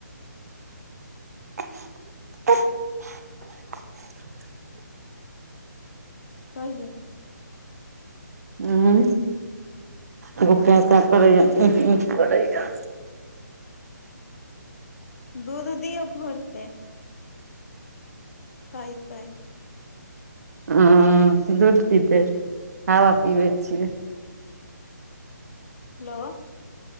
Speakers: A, on the right (about 55°); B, on the left (about 50°).
A: <inaudible>
B: कहियौ
A: हूँ एगो केँ केँ करै या उह उह करैया।
B: दूध दियौ भरि पेट। खायतेई।
A: अँ दूध पीते हवा पीबै छियै।
B: हेलो